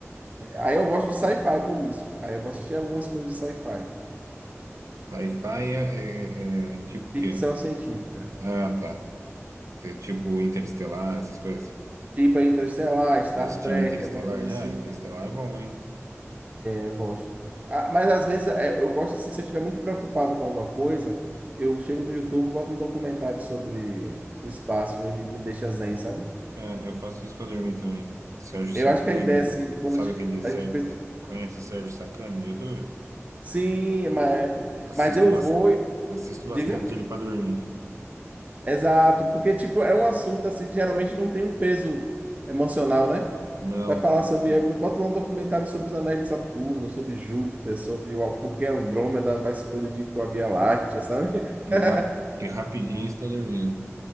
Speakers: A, on the right; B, on the right.
A: Aí eu gosto de sci-fi por isso. Aí eu vou assistir algumas coisas de sci-fi,
B: Ah, Sci-fi é, é- é- é tipo
A: ficção
B: o quê?
A: científica,
B: Ah, tá. Você- Tipo Interestelar, essas coisas.
A: tipo Interestelar, Star
B: Já assistiu
A: Trek,
B: Interestelar?
A: alguma coisa
B: Já?
A: assim
B: Interestelar é bom, hein?
A: Eu gosto. Ah, mas às vezes é, eu gosto assim, se eu estiver muito preocupado com alguma coisa, eu chego no YouTube, boto um documentário sobre o espaço, ele me deixa zen, sabe?
B: Ah, eu faço isso pra dormir também. Sérgio
A: Eu
B: Sacani.
A: acho que a ideia, assim, quando
B: Sabe
A: a gente,
B: aquele Sérgio...
A: a gente pensa,
B: Conhece o Sérgio Sacani no YouTube?
A: sim, mas,
B: Assisto,
A: mas eu
B: bas-
A: vou,
B: assisto
A: diga,
B: bastante ele para dormir.
A: exato, porque, tipo, é um assunto, assim, que geralmente não tem um peso emocional, né?
B: Não,
A: Vai falar
B: e,
A: sobre,
B: e,
A: eu boto lá um documentário sobre os anéis de Saturno, sobre Júpiter, sobre o- por que Andrômeda vai se colidir com a Via Láctea, sabe?
B: e
A: <laughs>
B: rap- e rapidinho está dormindo.